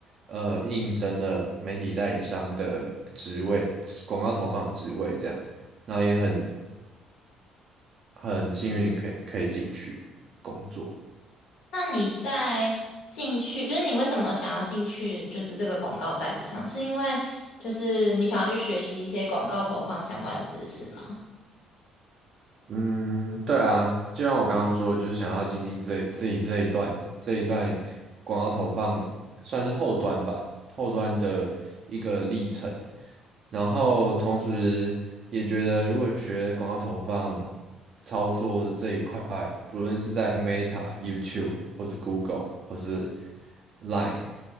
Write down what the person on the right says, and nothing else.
呃应征了媒体代理商的职位，广告投放的职位这样，那也很很幸运地可以可以进去工作。
嗯，对啊，就像我刚刚说的，就是想要精进这自己这一段这一段广告投放，算是后端吧，后端的一个历程。然后同时也觉得，如果学广告投放操作这一块，不论是在 Meta、YouTube 或是 Google 或是 Line